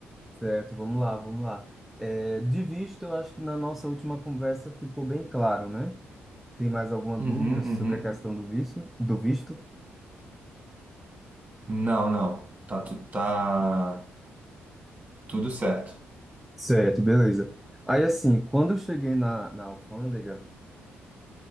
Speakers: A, in the centre; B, on the right (about 20°).
A: Certo, vamos lá, vamos lá. É, de vista, eu acho que na nossa última conversa ficou bem claro, né? Tem mais alguma
B: Uhum,
A: dúvida sobre
B: uhum.
A: a questão do vício do visto?
B: Não, não. Tá, tu- tá tudo certo.
A: Certo, beleza. Aí, assim, quando eu cheguei na, na alfândega,